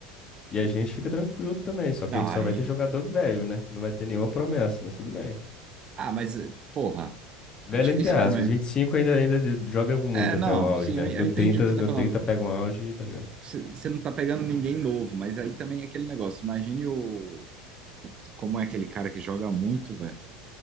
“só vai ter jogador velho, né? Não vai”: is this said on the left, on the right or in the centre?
Left